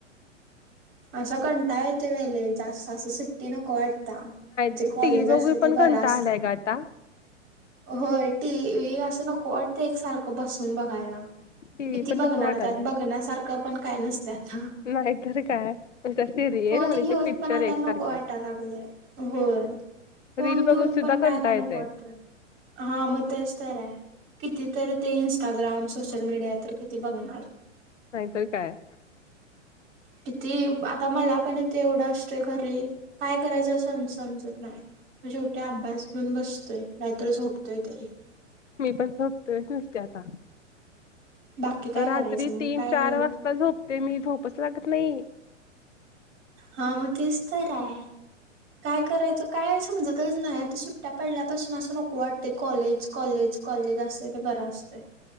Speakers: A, on the right; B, on the left.
A: असा कंटाळा येतोय बई लय जास्त,, असं सुट्टी नको वाटऽऽ त्याग,, जे
B: नाही
A: कॉलेज
B: टीव्ही बघून
A: असतय
B: पण
A: ते बरं
B: कंटाळा
A: असतय.
B: आलाय ग आता
A: होय टी वी, असं नको वाटतय एक सारखं बसून बघायला.
B: टीव्ही
A: किती
B: पण
A: बघणार,,
B: नको वाटालाय
A: त्यात बघण्यासारखं पण काय नसतयऽ
B: नाहीतर काय नुसत्या सिरियल
A: फोन
B: आणि
A: घेऊन
B: ते पिक्चर
A: पण आता
B: एकसारखेच
A: नको वाटा लागलंय,, होय. फोन
B: रील
A: घेऊन
B: बघून सुद्धा
A: पण
B: कंटाळा
A: काय आता
B: येतोय
A: नको वाटतय,, हा मग तेच तर आयऽ किती तर ते इं्स्टाग्राम, सोशल मीडिया, तर किती बघणार.
B: नाहीतर काय.
A: किती, आता मला पण इथे एवढंऽ असतोय घरी, काय करायचं अस समजत नायऽऽ शेवटी अभ्यास घेऊन बसतोय,, नाहीतर झोपतोय तरी.
B: मी पण झोपतोयच नुसतं आता.
A: बाकी काय
B: रात्री
A: करायचं मग
B: तीन,
A: काय
B: चार वाजता झोपते मी,, झोपच लागत नाही.
A: हा मग तेच तरर आय. काय करायचं काय समजतच नाय आता सुट्ट्या पडल्यापासून असं नको वाटतय कॉलेजऽ कॉलेज, कॉलेज असतय ते बरं असतय.